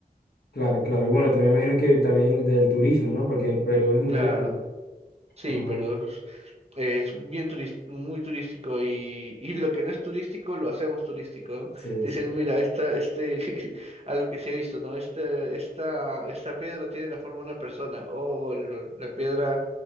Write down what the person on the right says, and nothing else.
Claro.
Sí,
Perú Es bien turis- muy turístico y, y lo que no es turístico lo hacemos turístico, ¿no?
Te
dicen, mira, esta, este, <laughs> algo que se ha visto, ¿no? Este, esta, esta piedra tiene la forma de una persona, o el- la piedra,